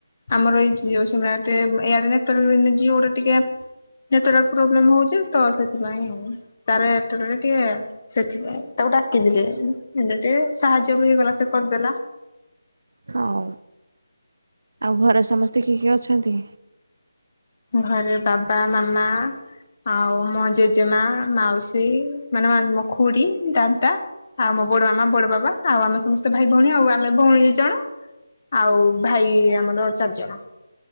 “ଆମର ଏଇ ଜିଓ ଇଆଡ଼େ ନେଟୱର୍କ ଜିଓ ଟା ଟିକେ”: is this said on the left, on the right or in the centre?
Left